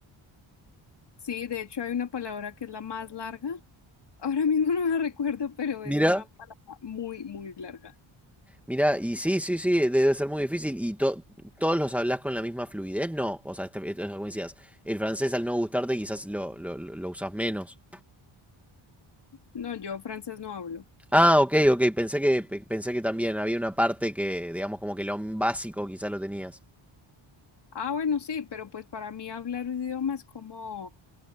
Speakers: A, on the left; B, in the centre.
A: Sí, de hecho hay una palabra que es la más larga. <laughs> Ahora mismo no la recuerdo, pero es
B: Mira,
A: una palabra muy, muy larga.
B: Mira, y sí, sí, sí, debe ser muy difícil. ¿Y to- todos los hablas con la misma fluidez? No. O sea, este- esto es como decías, el francés al no gustarte quizás lo, lo, lo- lo usas menos.
A: No, yo francés no hablo.
B: Ah, ok, ok, pensé que, pe- pensé que también había una parte que, digamos, como que lo básico quizás lo tenías.
A: Ah, bueno, sí, pero pues para mí hablar un idioma es como